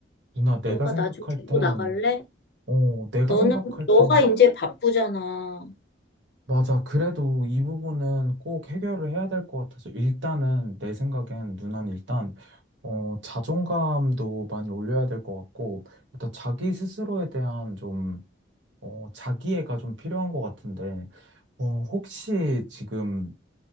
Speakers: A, on the right (about 75°); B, on the left (about 55°).
A: 누나, 내가
B: 너가
A: 생각할
B: 나 좀 데리고
A: 땐,
B: 나갈래?
A: 어, 내가
B: 너는
A: 생각할
B: 너가
A: 땐
B: 이제 바쁘잖아.
A: 맞아. 그래도 이 부분은 꼭 해결을 해야 될 것 같아서 일단은 내 생각엔 누난 일단 어, 자존감도 많이 올려야 될 것 같고 일단 자기 스스로에 대한 좀 어, 자기애가 좀 필요한 것 같은데 어, 혹시 지금